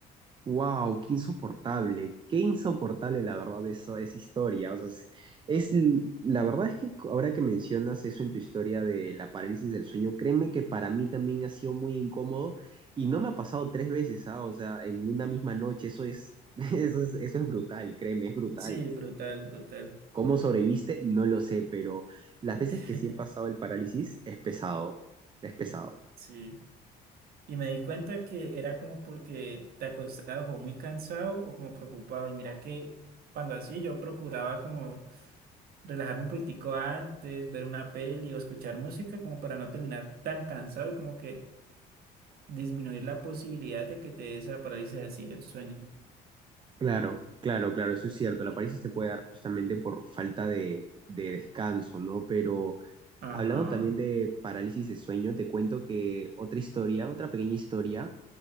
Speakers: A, on the right (about 30°); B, on the right (about 65°).
A: Wow, qué insoportable, qué insoportable la verdad eso, esa historia. O sea, es, es l- la verdad es que ahora que mencionas eso en tu historia de la parálisis del sueño, créeme que para mí también ha sido muy incómodo y no me ha pasado tres veces, ¿ah? O sea, en una misma noche, eso es, <laughs> eso es, eso es brutal, créeme, es brutal.
B: Sí, brutal, brutal.
A: ¿Cómo sobreviviste? No lo sé, pero las
B: <laughs>
A: veces que sí he pasado el parálisis es pesado, es pesado.
B: Sí. Y me di cuenta que era como porque te acostabas o muy cansado o como preocupado. Y mira que cuando así yo procuraba como relajarme un poquitico antes, ver una peli o escuchar música como para no terminar tan cansado y como que disminuir la posibilidad de que te dé esa parálisis así del sueño.
A: Claro, claro, claro, eso es cierto. La parálisis te puede dar justamente por falta de, de descanso, ¿no? Pero
B: Ajá.
A: hablando también de parálisis de sueño, te cuento que otra historia, otra pequeña historia,